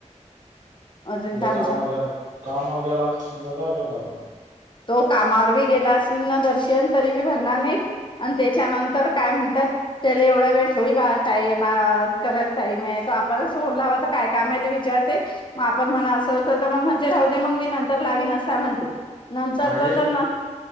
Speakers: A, on the left; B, on the right.
A: अजून काय
B: आं
A: म्हणता
B: कामगेल कामगगेला तुमचा काय कर ब ना
A: तो कामावर बी गेला असल ना दर्शन तरी बी भरणार नाही आणि त्याच्यानंतर काय म्हणतात त्याला एवढा वेळ थोडी बा टाई बा करायला टाईम आहे तो आपण असं बोलला हवं तर काय काम आहे ते विचारते मग आपण म्हणा असं असत तर मग ते राहू दे मग मी नंतर लावीन असं म्हणते. नंतरच
B: हा
A: तर न